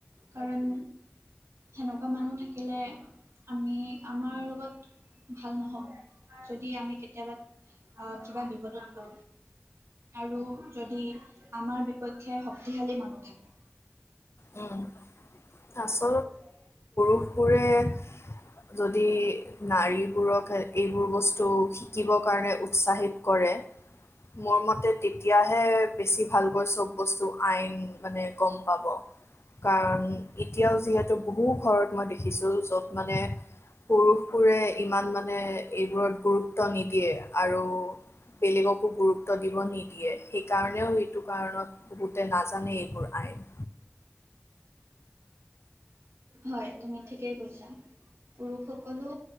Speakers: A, on the right; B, on the left.
A: কাৰণ সেনেকুৱা মানুহ থাকিলে আমি আমাৰ লগত ভাল নহব যদি আমি কেতিয়াবা আহ কিবা বিপদত পো আৰু যদি আমাৰ বিপক্ষে শক্তিশালী মানুহ ম থাকে
B: উম তাচত
A: উম
B: সুৰে সুৰে যদি নাৰীবোৰক এইবোৰ বস্তু শিকিবৰ কাৰণে উৎসাহিত কৰে মোৰ মতে তেতিয়াহে বেছি ভাল হৈ চব বস্তু আইন মানে গম পাব কাৰণ এতিয়াও যিহেতু বহু ঘৰত মই দেখিছোঁ য'ত মানে পুৰুষবোৰে ইমান মানে এইবোৰত গুৰুত্ব নিদিয়ে আৰু বেলেগকো গুৰুত্ব দিব নিদিয়ে সেইকাৰণেও এইটো কাৰণত বহুতে নাজানে এইবোৰ আইন
A: হয় তুমি ঠিকেই কৈছা পুৰুষসকলো